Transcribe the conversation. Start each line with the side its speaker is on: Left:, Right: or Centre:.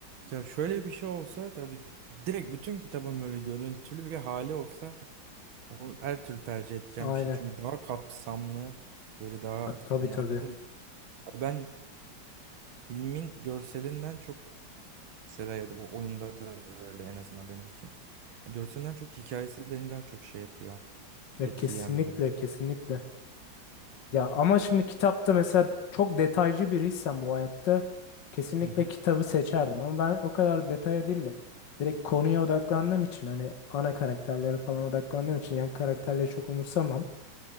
Right: ya şöyle bir şey olsa tabii ki- direkt bütün kitabın böyle görüntülü bir hali olsa o her türlü tercih edeceğim
Left: aynen.
Right: bir şey. Çünkü daha kapsamlı böyle daha
Left: Ha, Tabii
Right: hani
Left: tabii.
Right: anladım. Ben filmin görselinden çok mesela ya da bu oyunda da böyle en azından benim için. Görselinden çok hikayesi beni daha çok şey yapıyor.
Left: Ya
Right: etkileyen
Left: kesinlikle
Right: bir durum.
Left: kesinlikle. Ya ama şimdi kitapta mesela çok detaycı biriysen bu hayatta kesinlikle
Right: Hı hı,
Left: kitabı seçerdim. Ama ben o kadar detaya değil de direkt konuya odaklandığım için hani ana karakterlere falan odaklandığım için yan karakterleri çok umursamam